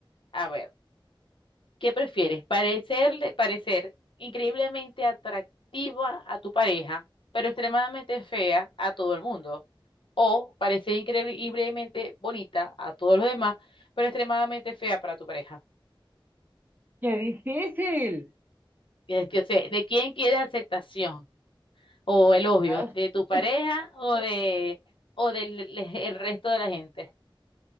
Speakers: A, on the left; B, on the right.
A: A ver, ¿qué prefieres? Parecerle, parecer increíblemente atractiva a tu pareja, pero extremadamente fea a todo el mundo. O parecer increíblemente bonita a todos los demás, pero extremadamente fea para tu pareja.
B: ¡Qué difícil!
A: Es que, o sea, ¿de quién quieres aceptación? o elogio
B: Ah.
A: de tu pareja
B: <laughs>
A: o de o del el resto de la gente.